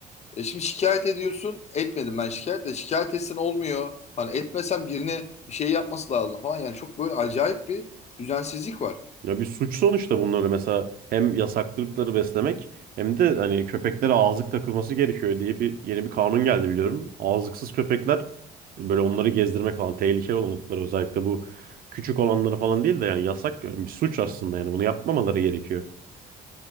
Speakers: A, on the left; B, on the right.
A: e, şimdi şikayet ediyorsun. Etmedim ben şikayet de. Şikayet etsen olmuyor. Hani etmesen birine bir şey yapması lazım falan. Yani çok böyle acayip bir düzensizlik var.
B: Ya bir suç sonuçta bunları mesela hem yasaklı beslemek hem de hani köpeklere ağızlık takılması gerekiyor diye bir yeni bir kanun geldi biliyorum. Ağızlıksız köpekler böyle onları gezdirmek falan tehlikeli olanlıkları özellikle bu küçük olanları falan değil de yani yasak yani bir suç aslında yani bunu yapmamaları gerekiyor.